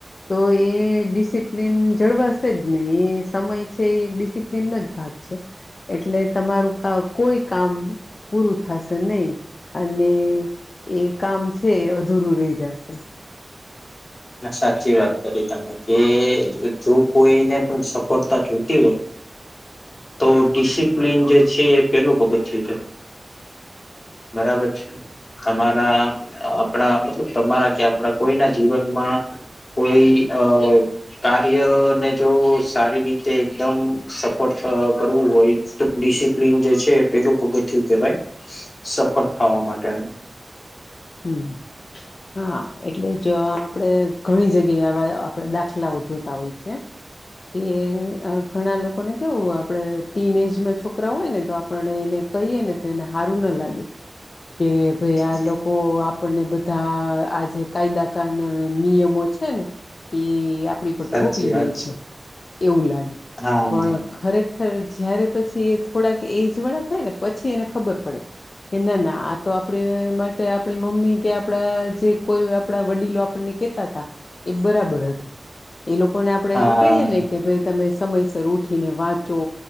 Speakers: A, on the left (about 80°); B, on the left (about 60°).
A: તો એ ડિસિપ્લિન જળવાશે જ નહી એ સમય છે એક ડિસિપ્લિન ન જ ભાગ છે, એટલે તમારું કોઈ કામ પૂરું થશે નહી. અને એ કામ છે અધૂરું રહી જશે.
B: સાચી વાત કરી તમે કે જો કોઈને પણ સફળતા જોતી હોય.
A: <inaudible>
B: તો ડિસિપ્લિન જે છે એ પેલું પગત થઈ જાય. બરાબર છે, તમારા આપડા મતલબ તમારા કે આપડા કોઈના જીવનમાં કોઈ અ કાર્યને જો સારી રીતે એકદમ સફળ કરવું હોય, ડિસિપ્લન જે છે પેલું પગ થયું કે ભાઈ. સફળ થવા માટે.
A: હમ. હા એટલે જ આપણેે ઘણી જગ્યાએ આવા આપણે દાખલાઓ જોતા હોય છે. કે ઘણા લોકોને કેવું આપડણે ટીન એજમાં છોકરા હોય ને તો આપણે એને કહી ને તો એને હારું ના લાગે, કે ભાઈ આ તો આપણને બધા આ જે કાયદાકાર નિયમો છે ને, એ આપણી પર
B: સાચી
A: થોપી
B: વાત
A: દે છે, એવું લાગે,
B: હા
A: પણ ખરેખર જયારે પછી એ થોડાક એજ વાળા થાય ને પછી એને ખબર પડે, કે ના ના આ તો આપણે માટે આપણી મમ્મી કે આપડા જે કોઈ આપણા વડીલો આપણને કેતા હતા, એ બરાબર હતું. એ લોકોને આપણેે
B: હા
A: એમ કહીય ને કે ભાઈ તમે સમયસર ઉઠીને વાંચો,